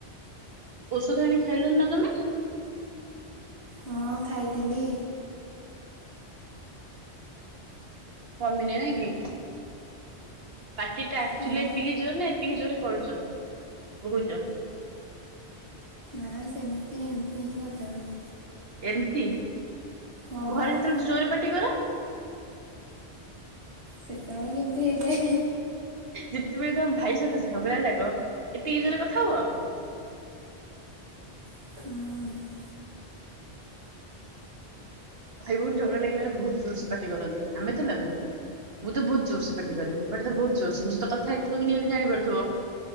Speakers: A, on the right (about 60°); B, on the right (about 80°).
A: ଔଷଧ ଆଣି ଖାଇଲନି ନା ତମେ?
B: ହଁ ଖାଇଥିଲି।
A: କମିନି ନାଇଁ କି? ପାର୍ଟି ଟା ଆକ୍ଚୁଆଲି
B: ହଁ।
A: ଏତିକି ଜୋରେ ନା ଏତିକି ଜୋରେ କରୁଚ କହୁଚ?
B: ନାଁ ସେମତି ଏମତି ହିଁ କଥା କୁହେ।
A: ଏମତି।
B: ହଁ।
A: ଘରେ ଯେତେବେଳେ ତ ଜୋରେ ପାଟି କର।
B: ସେତେବେଳେ କେମିତି ହେଇଯାଏ।
A: ଯେତେବେଳେ ତମ ଭାଇ ସହିତ ଝଗଡା ଲାଗ, ଏତିକି ଜୋରେ କଥା ହୁଅ?
B: ହୁଁ।
A: ଭାଇ ଭଉଣୀ ଝଗଡ଼ା ଲାଗିଲା ବହୁତ୍ ଜୋରସେ ପାଟି କରନ୍ତି। ଆମେ ତ ଲାଗୁ। ମୁଁ ତ ବହୁତ ଜୋରସେ ପାଟିିକରେ। ମୋ ପାଟି ତ ବହୁତ୍ ଜୋର୍ ସେ। ମୋ ସହିତ କଥା ହେଇକି ତମେ ନିହାତି ଜାଣିପାରୁଥିବ।